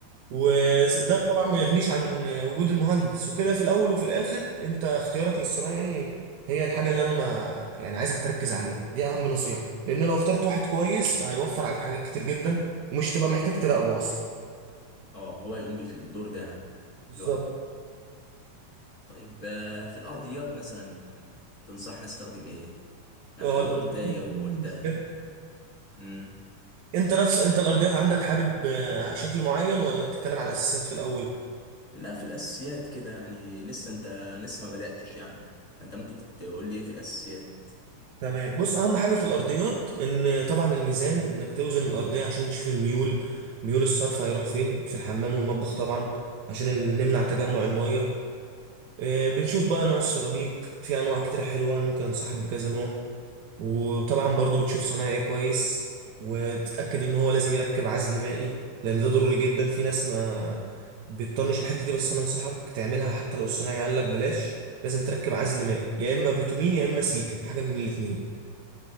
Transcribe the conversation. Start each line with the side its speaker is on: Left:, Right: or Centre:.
Right: وده
Left: ايوه
Right: طبعا ما يغنيش عن وجود المهندس وكده في الاول وفي الاخر انت اختيارك للصنايعي هي الحاجة اللي انا ما يعني عايزك تركز عليها دي اهم نصيحة لان لو اخترت واحد كويس فهيوفر عليك حاجات كتير جدا ومش تبقى محتاج تراقبه اصلا
Left: اه هو يقوم بالدور ده يعني
Right: بالظبط
Left: لوحده طيب آه، في الارضيات مثلا تنصحنا استخدم ايه يعني
Right: اه
Left: انا
Right: الارضيات
Left: برضو تايه وقلت
Right: دي مشكله
Left: امم
Right: انت نفس انت الارضيات عندك حابب آه، شكل معين ولا بتتكلم على الاساسات في الاول
Left: لا في الاساسيات كده يعني لسه انت لسه ما بداتش يعني فانت ممكن تقول لي ايه في الاساسيات
Right: تمام بص اهم حاجه في الارضيات ان طبعا الميزان انك توزن الارضيه عشان نشوف الميول ميول الصرف هيروح فين في الحمام والمطبخ طبعا عشان ال- نمنع تجمع الميه آه، بنشوف بقى نوع السيراميك في انواع كتير حلوه ممكن انصحك بكذا نوع وطبعا برضو بتشوف صنايعي كويس وتتأكد ان هو لازم يركب عزل مائي لان ده ضروري جدا في ناس ما بتطنش الحتة دي بس انا انصحك تعملها حتى لو الصنايعي قال لك بلاش لازم تركب عزل مائي يا اما بيتومين يا اما سيكا حاجة من الاتنين